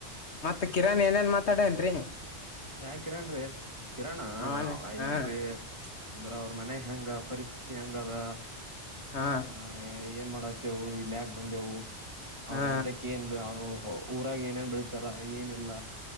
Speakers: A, on the left; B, on the right.
A: ಮತ್ತ್ ಕಿರಣ್ ಏನೇನ್ ಮಾತಾಡನ್ರೀ.
B: ಯಾ ಕಿರಣ್ರೀ ಕಿರಣ
A: ಅವನ
B: ಅವ
A: ಹಾ
B: ಏನ್ರೀ ಅಂದ್ರ ಅವ್ರ ಮನೆ ಹೆಂಗ ಪರಿಸ್ಥಿತಿ ಹೆಂಗದ.
A: ಹಾ
B: ಹ ಏನ್ ಮಾಡತ್ತೇವು ಇಲ್ ಯಾಕ್ ಬಂದೆವು ಅವ್ರ
A: ಹಾ
B: ಅಂತ ಕೆ ಏನ್ ಬ್ ಅವ್ರು ಊರಾಗಿ ಏನೇನ್ ಬೆಳಿತಾರ ಏನಿಲ್ಲ.